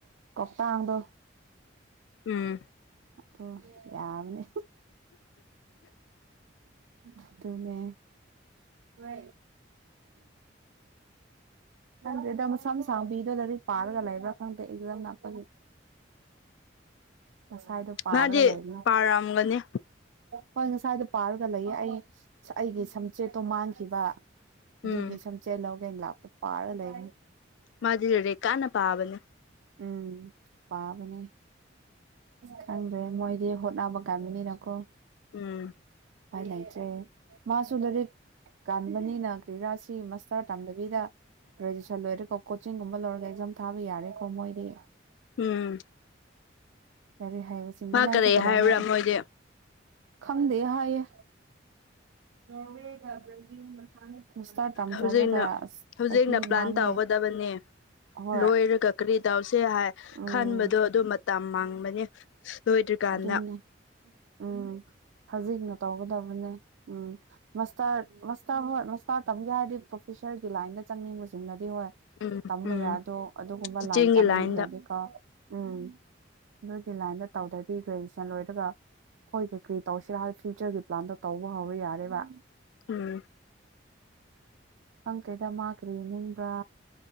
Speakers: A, on the right (about 75°); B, on the left (about 70°).
A: ꯀꯧꯣꯛꯇꯥꯡꯗꯣ
B: ꯎꯝ
A: ꯑ ꯌꯥꯕꯅꯤ ꯑꯗꯨꯅꯦ ꯍ ꯈꯪꯗ꯭ꯔꯦꯗ ꯃꯁꯥ ꯃꯁꯥꯡꯕꯤꯗꯣ ꯂꯥꯏꯔꯤꯛ ꯄꯥꯔꯒ ꯂꯩꯕ꯭ꯔꯥ ꯈꯪꯗꯦ ꯑꯦꯛꯖꯥꯝ ꯅꯄꯒꯤ ꯉꯁꯥꯏꯗꯣ ꯄꯥꯔꯒ
B: ꯃꯥꯗꯤ
A: ꯂꯩꯅꯤ
B: ꯄꯥꯔꯝꯒꯅꯤ
A: ꯍꯣꯏ ꯉꯁꯥꯏꯗꯣ ꯄꯥꯔꯒ ꯂꯩꯌꯦ ꯑꯩ ꯑꯩꯒꯤ ꯁꯝꯆꯦꯠꯇꯣ ꯃꯥꯡꯈꯤꯕ ꯑꯗꯨꯒꯤ
B: ꯎꯝ
A: ꯁꯝꯆꯦꯜꯍꯧꯈꯩꯅ ꯂꯥꯞꯇ ꯄꯥꯔ ꯂꯩꯅꯤ
B: ꯃꯥꯖꯤꯦ ꯂꯔꯦ ꯀꯥꯟꯅ ꯄꯥꯕꯅꯦ
A: ꯎꯝ ꯄꯥꯕꯅꯦ ꯈꯪꯗ꯭ꯔꯦ ꯃꯣꯏꯗꯤ ꯍꯣꯠꯅꯕ ꯀꯥꯏꯃꯤꯅꯤꯅꯀꯣ
B: ꯎꯝ
A: ꯐꯥꯏ ꯂꯆꯦ ꯃꯥꯁꯨꯨꯗꯔ ꯀꯥꯟꯕꯅꯤꯅ ꯀ꯭ꯔꯤꯔꯥꯁꯤ ꯃꯁꯇꯔ ꯇꯥꯟꯗꯕꯤꯗ ꯒ꯭ꯔꯦꯖꯨꯑꯦꯁꯟ ꯂꯣꯏꯔꯦꯀꯣ ꯀꯣꯆꯤꯡꯒꯨꯝꯕ ꯂꯧꯔꯒ ꯑꯦꯛꯖꯥꯝ ꯊꯥꯕ ꯌꯥꯔꯦꯀꯣ ꯃꯣꯏꯗꯤ
B: ꯎꯝ
A: ꯀꯔꯤ ꯍꯥꯏꯕꯁꯤꯡꯁꯦ
B: ꯃꯥ
A: ꯅꯪꯁꯨ
B: ꯀꯔꯤ
A: ꯀꯩꯗꯧꯉꯑꯦ
B: ꯍꯥꯏꯕ꯭ꯔꯥ ꯃꯣꯏꯗꯤ
A: ꯈꯪꯗꯦ ꯍꯥꯏꯌꯦ ꯅꯔꯋꯦꯒ ꯭ꯔꯖꯤꯜ ꯃꯤꯁꯇꯔ ꯇꯝꯊꯔꯒ
B: ꯍꯧꯖꯤꯛꯅ
A: ꯑꯁ
B: ꯍꯧꯖꯤꯛꯅ
A: ꯆꯍꯤ
B: ꯄ꯭ꯂꯥꯟ
A: ꯃꯥꯡꯉꯦ
B: ꯇꯧꯒꯗꯕꯅꯦ
A: ꯍꯣꯏ
B: ꯂꯣꯏꯔꯒ ꯀꯔꯤ ꯇꯎꯁꯦ ꯍꯥꯏ
A: ꯎꯝ
B: ꯈꯟꯕꯗꯣ ꯑꯗꯨ ꯃꯇꯝ ꯃꯥꯡꯕꯅꯤ ꯄ ꯀꯥꯅ
A: ꯑꯗꯨꯅꯦ ꯎꯝ ꯍꯧꯖꯤꯛꯅ ꯇꯧꯒꯗꯕꯅꯦ ꯎꯝ ꯃꯁꯇꯔ ꯃꯁꯇꯥꯔ ꯍꯣꯏ ꯃꯁꯇꯥꯔ ꯇꯝꯒꯦ ꯍꯥꯏꯔꯗꯤ ꯄ꯭ꯔꯣꯐꯦꯁꯔꯒꯤ ꯂꯥꯏꯟꯗ ꯆꯪꯅꯤꯡꯕꯁꯤꯡꯅꯗꯤ ꯍꯣꯏ
B: ꯎꯝ
A: ꯇꯝꯕ
B: ꯎꯝ
A: ꯌꯥꯗꯣ ꯑꯗꯨꯒꯨꯝꯕ
B: ꯆꯤꯆꯦꯡꯒꯤ
A: ꯂꯥꯏꯟ ꯇꯝꯅꯤꯡꯗ꯭ꯔꯗꯤꯀꯣ
B: ꯂꯥꯏꯟꯗ
A: ꯎꯝ ꯅꯣꯏꯒꯤ ꯂꯥꯏꯟꯗ ꯇꯧꯗꯔ ꯑꯩ ꯒ꯭ꯔꯦꯖꯨꯑꯦꯁꯟ ꯂꯣꯏꯔꯒ ꯍꯈꯣꯏ ꯀꯩ ꯀꯔꯤ ꯇꯧꯁꯤꯔ ꯐꯤꯌꯨꯆꯔꯒꯤ ꯄ꯭ꯂꯥꯟꯗꯣ ꯇꯧꯕ ꯍꯧꯕ ꯌꯥꯔꯦꯕ
B: ꯎꯝ
A: ꯈꯪ ꯀꯦꯗ ꯃꯥꯈ꯭ꯔꯤ ꯅꯤꯡꯕ꯭ꯔꯥ